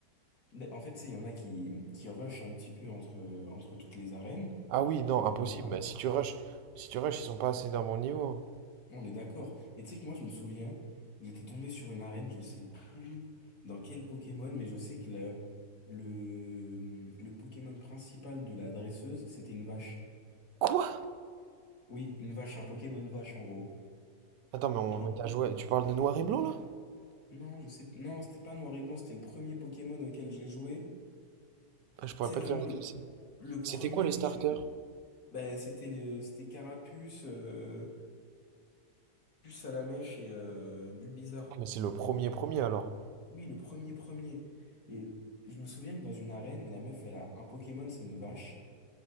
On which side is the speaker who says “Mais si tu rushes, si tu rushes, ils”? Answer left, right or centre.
Right